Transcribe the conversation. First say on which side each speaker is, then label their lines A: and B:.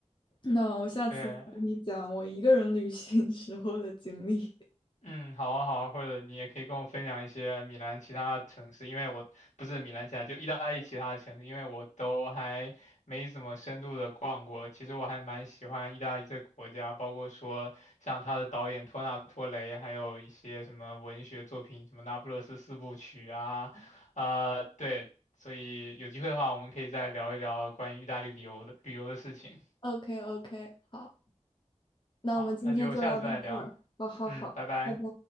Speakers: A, on the left; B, on the left.
A: 那我下次再跟你讲我一个人旅行
B: 对，
A: <laughs> 时候的经历。
B: 嗯，好啊，好啊，或者你也可以跟我分享一些米兰其他城市，因为我不是米兰其他，就意大利其他的城市，因为我都还没怎么深度的逛过。其实我还蛮喜欢意大利这个国家，包括说像他的导演托纳托雷，还有一些什么文学作品，什么《那不勒斯四部曲》啊，呃，对，所以有机会的话，我们可以再聊一聊关于意大利旅游的旅游的事情。
A: <laughs> o k o k 好，那我们今天就聊到这儿。
B: 好，那就下次再聊，
A: 好好好，
B: 嗯，拜拜。
A: 拜拜。